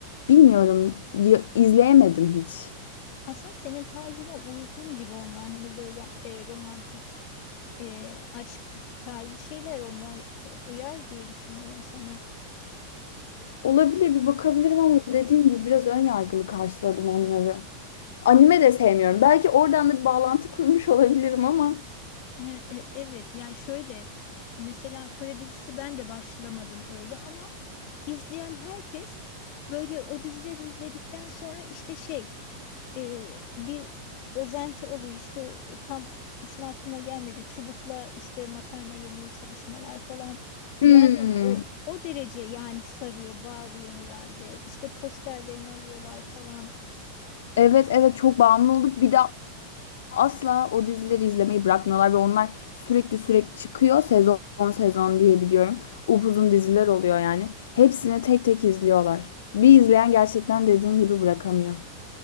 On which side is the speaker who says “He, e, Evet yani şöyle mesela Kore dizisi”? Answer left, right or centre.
Left